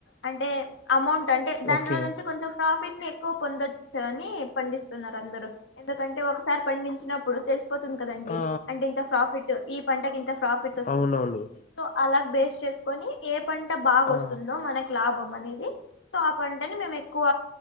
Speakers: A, on the left; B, on the left.
A: అంటే అమౌంట్ అంటే దాంట్లో
B: ఓకే
A: నుంచి కొంచెం ప్రాఫిట్ ని ఎక్కువ పొందొ అని పండిస్తున్నారు అందరూ ఎందుకంటే ఒకసారి పండించిన ప్పుడు తెలిసిపోతుంది కదండి
B: ఆ
A: అంటే ఇంత ఫాఫిట్ ఈ పంటకి ఇంత ఫాఫిట్ వస్తుంది
B: అవునవును
A: అని సో అలా బేస్ చేస్కోని ఏ పంట బాగ
B: ఆ
A: వస్తుందో మనకు లాభం అనేది సో ఆ పంటని మేమెక్కువ